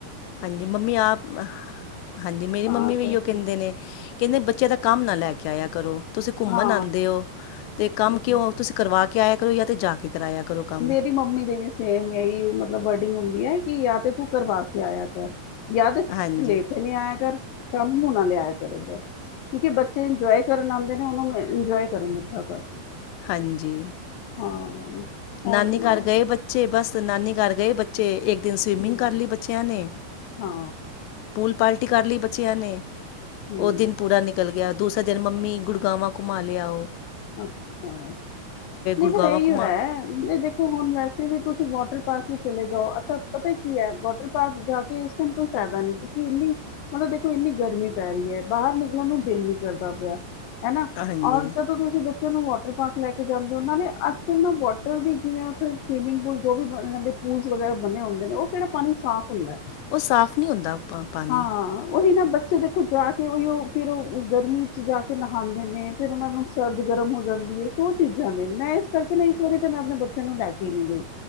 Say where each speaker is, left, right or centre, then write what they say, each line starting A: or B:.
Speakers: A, on the left; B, on the left.
A: ਹਾਂਜੀ। ਮੰਮੀ ਆਪ, ਹਾਂਜੀ। ਮੇਰੀ
B: ਹਾਂ
A: ਮੰਮੀ ਵੀ
B: ਕਰਦੀ
A: ਇਓ ਕਹਿੰਦੇ ਨੇ। ਕਹਿੰਦੇ ਬੱਚੇ ਦਾ ਕੰਮ ਨਾ ਲੈ ਕੇ ਆਇਆ ਕਰੋ। ਤੁਸੀਂ ਘੁੰਮਣ
B: ਹਾਂ
A: ਆਉਂਦੇ ਹੋ। ਤੇ ਕੰਮ
B: ਹਮ।
A: ਕਿਉਂ ਤੁਸੀਂ ਕਰਵਾ ਕੇ ਆਇਆ। ਈ ਆ ਤੇ ਜਾ ਕੇ ਕਰਾਇਆ ਕਰੋ ਕੰਮ
B: ਮੇਰੀ ਮੰਮੀ ਦੇ ਵੀ ਸੇਮ ਇਹੀ ਮਤਲਬ ਵਰਡਿੰਗ ਹੁੰਦੀ ਹੈ। ਕਿ ਯ ਤੇ ਤੂੰ ਕਰਵਾ ਕੇ ਆਇਆ ਕਰ ਯਾ
A: ਹਾਂਜੀ
B: ਲੈ ਕੇ ਨਹੀਂ ਆਇਆ ਕਰ। ਕੰਮ ਨੂੰ ਨਾ ਲਿਆਇਆ ਕਰ ਏਧਰ। ਕਿਉਂਕਿ ਬੱਚੇ ਇੰਜੋਏ ਕਰਨ ਆਉਂਦੇ ਨੇ ਉਹਨ ਨੂੰ ਇੰਜੋਏ ਕਰਨ ਦਿੱਤਾ।
A: ਹਾਂਜੀ।
B: ਹਾਂ ਹੋਰ
A: ਨਾਨੀ
B: ਸੁਣਾਓ
A: ਘਰ ਗਏ ਬੱਚੇ, ਬਸ ਨਾਨੀ ਘਰ ਗਏ ਬੱਚੇ। ਤੇ ਸਵਿਮਿੰਗ
B: ਹੂੰ
A: ਕਰ ਲਈ ਬੱਚਿਆਂ ਨੇ।
B: ਹਾਂ
A: ਪੂਲ ਪਾਲਟੀ ਕਰ ਲਈ ਬੱਚਿਆਂ ਨੇ।
B: ਹੂੰ
A: ਉਹ ਦਿਨ ਪੂਰਾ ਨਿਕਲ ਗਿਆ। ਦੂਸਰਾ ਦਿਨ ਮੰਮੀ ਗੁੜਗਾਵਾਂ ਘੁੰਮਾ ਲਿਆ।
B: ਅੱਛਾ। ਨਹੀਂ
A: ਗੁੜਗਾਵਾਂ
B: ਫਿਰ ਇਹੀ
A: ਘੁਮਾ
B: ਹੈ। ਇਹ ਦੇਖੋ ਹੁਣ ਵੈਸੇ ਵੀ ਕੁ ਤੁਸੀਂ ਵਾਟਰ ਪਾਰਕ ਹੀ ਚਲੇ ਜਾਓ। ਅੱਛਾ। ਪਤਾ ਕੀ ਹੈ ਵਾਟਰ ਪਾਰਕ ਜਾ ਕੇ ਇਸ ਟਾਈ ਕੋਈ ਫਾਇਦਾ ਨੀ। ਕਿਉਂਕਿ ਇੰਨੀ ਮਤਲਬ ਦੇਖੋ ਇੰਨੀ ਗਰਮੀ ਪੈ ਰਹੀ ਹੈ। ਬਾਹਰ ਨਿਕਲਣ ਨੂੰ ਦਿਲ ਨਹੀ ਕਰਦਾ ਪਿਆ। ਹਨਾ।
A: ਹਾਂਜੀ
B: ਔਰ ਜ ਤੁਸੀਂ ਬੱਚਿਆਂ ਨੂੰ ਵਾਟਰ ਪਾਰਕ ਲੈ ਕੇ ਜਾਂਦੇ ਹੋ। ਉਹਨਾਂ ਨੇ ਅੱਜਕੱਲ੍ਹ ਨੂੰ ਵਾਟਰ ਵੀ ਜਿਵੇਂ ਉੱਥੇ ਸਵੀਮਿੰਗ ਪੂਲ ਜੋ ਵੀ ਦੇ ਪੂਲ ਵਗੈਰਾ ਬੰਣੇ ਹੁੰਦੇ ਨੇ ਉਹ ਕਿਹੜਾ ਪਾਣੀ ਸਾਫ਼ ਹੁੰਦਾ।
A: ਉਹ ਸਾਫ਼ ਨਹੀਂ ਹੁੰਦਾ ਪਾ ਪਾਣੀ
B: ਹਾਂ, ਉਹੀ ਨਾ ਬੱਚੇ ਦੇਖੋ, ਜਾ ਕੇ ਉਹੀ ਉਹ ਫਿਰ ਗਰਮੀ ਚ ਜਾ ਕੇ ਨਹਾਉਂਦੇ ਨੇ। ਫੇਰ ਉਹਨਾਂ ਨੂੰ ਸਰਦ ਗਰਮ ਹੋ ਜਾਂਦੀ ਹੈ। ਸੋ ਚੀਜ਼ਾਂ ਨੇ ਮੈਂ ਇਸ ਕਰਕੇ ਨਾ, ਇਸ ਵਾਰੀ ਤੇ ਮੈਂ ਆਪਣੇ ਬੱਚਿਆਂ ਨੂੰ ਲੈ ਕੇ ਨਹੀਂ ਗਈ।